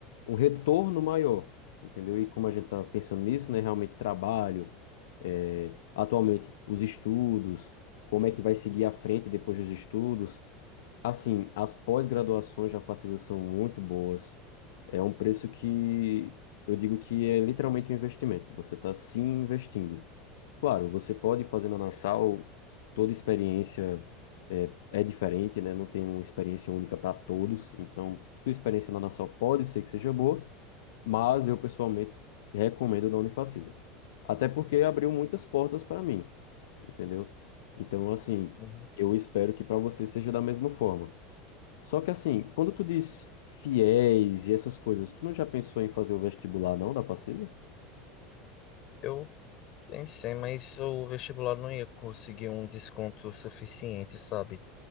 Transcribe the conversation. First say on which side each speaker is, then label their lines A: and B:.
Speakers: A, on the left (about 80°); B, on the left (about 45°).
A: um retorno maior, entendeu? E como a gente está pensando nisso, né, realmente trabalho, eh, atualmente os estudos, como é que vai seguir à frente depois dos estudos. Assim, as pós-graduações já facilitam, são muito boas. É um preço que eu digo que é literalmente um investimento. Você está se investindo. Claro, você pode fazer na Nassau, toda experiência é, é diferente, né? Não tem uma experiência única para todos. Então, sua experiência na Nassau pode ser que seja boa, mas eu pessoalmente recomendo da Unifacisa. Até porque abriu muitas portas para mim, entendeu? Então, assim,
B: Uhum.
A: eu espero que para você seja da mesma forma. Só que, assim, quando tu diz fiéis e essas coisas, tu não já pensou em fazer o vestibular, não, da Facisa?
B: Eu pensei, mas o vestibular não ia conseguir um desconto suficiente, sabe?